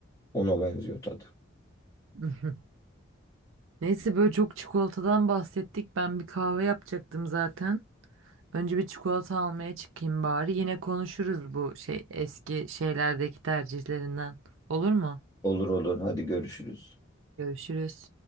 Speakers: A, on the left; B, on the right.
A: Ona benziyor tadı.
B: <laughs> Neyse böyle çok çikolatadan bahsettik. Ben bir kahve yapacaktım zaten. Önce bir çikolata almaya çıkayım bari. Yine konuşuruz bu şey eski şeylerdeki tercihlerinden. Olur mu?
A: Olur olur hadi görüşürüz.
B: Görüşürüz.